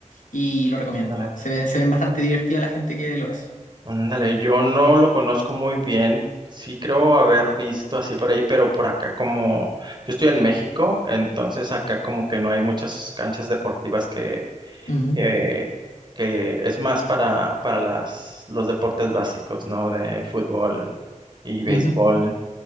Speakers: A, on the left (about 80°); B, on the right (about 35°).
A: y lo recomiendo.
B: ándale.
A: Se ve- se ven bastante divertidos la gente que lo hace.
B: Ándale, yo no lo conozco muy bien. Sí creo haber visto así por ahí, pero por acá como yo estoy en México, entonces acá como que no hay muchas canchas deportivas que,
A: Ujú,
B: eh, que es más para, para las, los deportes básicos, ¿no? De fútbol y béisbol
A: ujú.